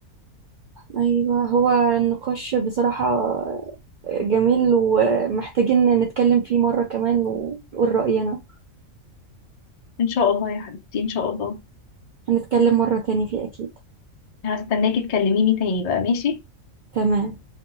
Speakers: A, on the right (about 65°); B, on the left (about 85°).
A: ايوه هو النقاش بصراحة جميل ومحتاجين نتكلم فيه مرة كمان ونقول رأينا
B: ان شاء الله يا حبيبتي ان شاء الله
A: هنتكلم مرة تاني فيه أكيد
B: هستناكي تكلميني تاني بقى ماشي
A: تمام